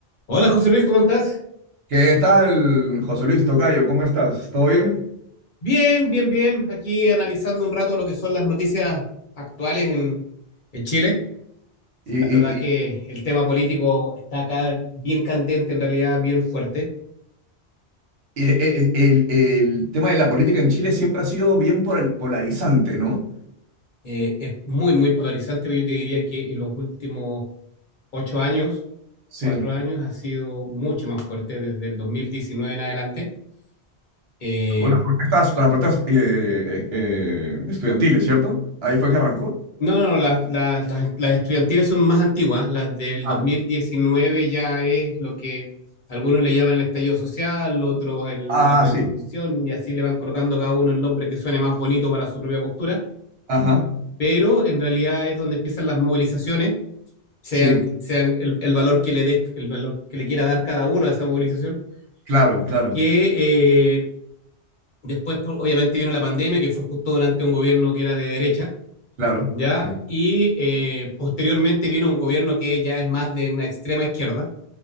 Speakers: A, on the left; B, on the right.
A: Hola José Luis, ¿cómo estás?
B: ¿Qué tal, José Luis Tocayo? ¿Cómo estás? ¿Todo bien?
A: Bien, bien, bien. Aquí analizando un rato lo que son las noticias actuales en, en Chile.
B: Y,
A: La
B: y-
A: verdad
B: y-
A: que el tema político está acá bien candente, en realidad bien fuerte.
B: y- e- e- el, el tema de la política en Chile siempre ha sido bien polar- polarizante, ¿no?
A: Eh, es muy, muy polarizante, pero yo te diría que en los últimos ocho años, cuatro
B: Sí.
A: años, ha sido mucho más fuerte desde el 2019 en adelante. Eh,
B: Con las protestas, con las protestas eh, eh, eh, estudiantiles, ¿cierto? Ahí fue que arrancó.
A: No, no, no, las, las, las, las estudiantiles son más antiguas, las del
B: Ah,
A: dos mil diecinueve ya es lo que algunos le llaman el estallido social, otros el-
B: ah,
A: la revolución,
B: sí.
A: y así le van colocando cada uno el nombre que suene más bonito para su propia postura,
B: Ajá.
A: pero en realidad es donde empiezan las movilizaciones, sean,
B: Sí.
A: sean el, el valor que le des, el valor que le quiera dar cada uno a esa movilización,
B: Claro, claro,
A: que eh, después pues, obviamente vino la pandemia, que fue justo durante un gobierno que era de derecha
B: claro.
A: ¿ya?
B: Sí.
A: Y eh, posteriormente vino un gobierno que ya es más de una extrema izquierda.